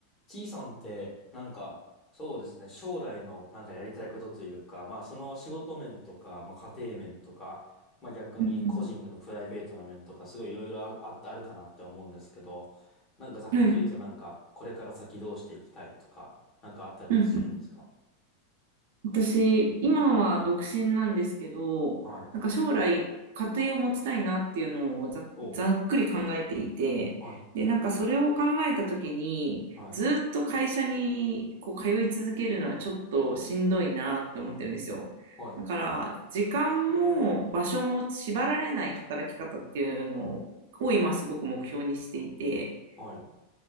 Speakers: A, on the left; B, on the right.
A: T さんって、なんか、そうですね、将来のなんかやりたいことというか、まあその仕事面とか、まあ家庭面とか、まあ逆に個人でのプライベートな面とか、
B: うんう
A: すごいいろいろあ、あ、あるかなって思うんですけど、なんかざっくりとなんか、
B: んはい。うん
A: これから先どうしていきたいとか、なんかあったりってするんですか
B: うん。私、今は独身なんですけど、
A: はい。
B: なんか将来、家庭を持ちたいなっていうのをざ、
A: お
B: ざっくり考えていて、
A: はい。
B: で、なんかそれを考えたときに、
A: はい。
B: ずっと会社にこう通い続けるのはちょっとしんどいなって思ってるんですよ。
A: はい。
B: だから、時間も場所も縛られない働き方っていうのを今すごく目標にしていて、
A: はい。う